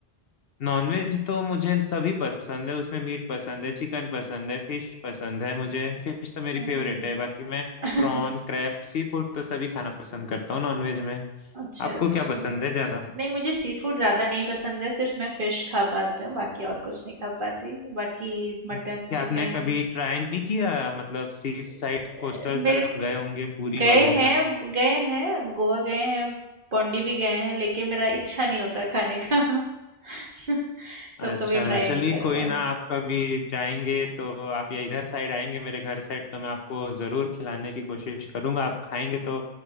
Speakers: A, on the left; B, on the right.
A: नॉनवेज तो मुझे सभी पसंद है उसमें मीट पसंद है चिकन पसंद है फिश पसंद है मुझे फिश तो मेरी
B: हम्म,
A: फेवरेट है बाकी मैं
B: <laughs>
A: प्रॉन क्रैब सी फूड तो सभी खाना पसंद करता हूँ नॉनवेज में
B: अच्छा
A: आपको
B: अच्छा
A: क्या पसंद है ज्यादा
B: नहीं मुझे सी फूड ज़्यादा नहीं पसंद है सिर्फ मैं फिश खा पाती हूँ बाकी और कुछ नहीं खा पाती बाकी मटन
A: क्या
B: चिकन
A: आपने कभी ट्राई नहीं किया मतलब सी साइड
B: अ,
A: कोस्टल
B: मेरे
A: तरफ गए होंगे पूरी
B: गए
A: वगैरह
B: हैं गए हैं हम गोवा गए हैं पौंडी भी गए हैं लेकिन मेरा इच्छा नहीं होता खाने का <laughs> तो
A: अच्छा
B: हम कभी ट्राई
A: चलिए
B: नहीं कर
A: कोई
B: पाए
A: ना आप कभी जाएंगे तो आप या इधर साइड आएंगे मेरे घर साइड तो मैं आपको जरूर खिलाने की कोशिश करूंगा आप खाएंगे तो